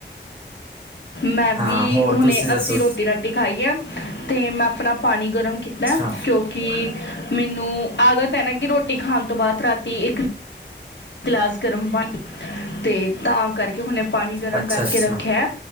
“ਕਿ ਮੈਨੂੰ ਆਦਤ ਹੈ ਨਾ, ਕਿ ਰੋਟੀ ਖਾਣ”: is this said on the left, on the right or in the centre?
Left